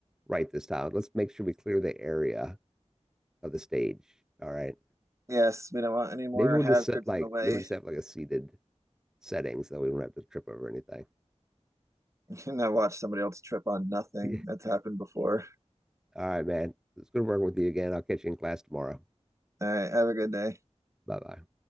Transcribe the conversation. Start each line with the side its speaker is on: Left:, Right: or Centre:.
Centre: right this time. Let's make sure we clear the area of the stage. All right.
Right: Yes, we don't want any more
Centre: Maybe we'll
Right: hazards
Centre: just set like,
Right: in the way.
Centre: maybe we'll just
Right: <laughs>
Centre: have like a seated setting so that we don't have to trip over anything.
Right: And I watched somebody else trip on nothing.
Centre: Yeah.
Right: That's happened before.
Centre: All right, man. It's good working with you again. I'll catch you in class tomorrow.
Right: All right, have a good day.
Centre: Bye bye.